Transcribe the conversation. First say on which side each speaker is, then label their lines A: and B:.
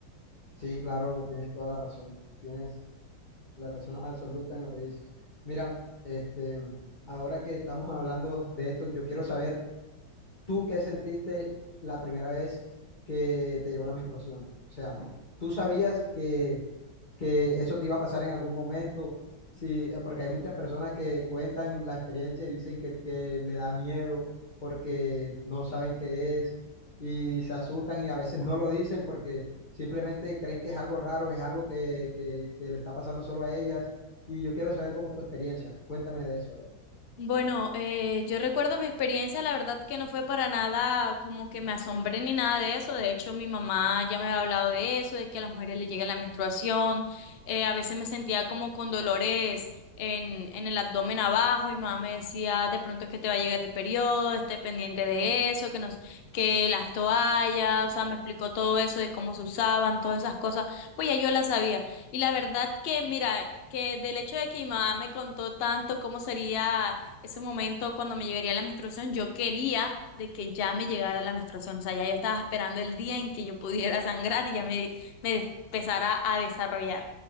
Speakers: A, on the left; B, on the left.
A: sí, claro, tienes toda la razón. Tienes la razón absoluta en lo que dices. Mira, este, ahora que estamos hablando de esto, yo quiero saber ¿tú qué sentiste la primera vez que te llegó la menstruación? O sea, ¿tú sabías que, que eso te iba a pasar en algún momento? Sí, eh, porque hay muchas personas que cuentan la experiencia y dicen que, que le da miedo porque no saben qué es y se asustan y a veces no lo dicen porque simplemente creen que es algo raro, es algo que, que, que le está pasando solo a ellas. Y yo quiero saber cómo tu experiencia. Cuéntame de eso. a ver.
B: Bueno, eh, yo recuerdo mi experiencia, la verdad que no fue para nada como que me asombré ni nada de eso. De hecho, mi mamá ya me había hablado de eso, de que a las mujeres les llega la menstruación. Eh, a veces me sentía como con dolores en, en el abdomen abajo. y Mi mamá me decía, de pronto es que te va a llegar el periodo, esté pendiente de eso, que nos, que las toallas, o sea, me explicó todo eso de cómo se usaban, todas esas cosas. Pues ya yo las sabía. Y la verdad que, mira, que del hecho de que mi mamá me contó tanto cómo sería ese momento cuando me llegaría la menstruación, yo quería de que ya me llegara la menstruación, o sea, ya yo estaba esperando el día en que yo pudiera <laughs> sangrar y ya me, me empezara a desarrollar,